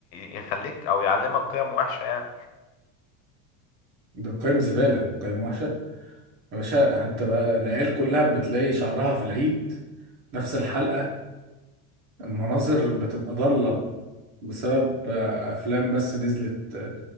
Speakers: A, on the left; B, on the right.
A: يخليك او يعلمك قيم وحشه يعني
B: ده قيم زباله قيم وحشه يا باشا انت بقى العيال كلها بتلاقي شعرها في العيد نفس الحلقه
A: مم.
B: المناظر بتبقى ضاله بسبب آه، افلام بس نزلت آه،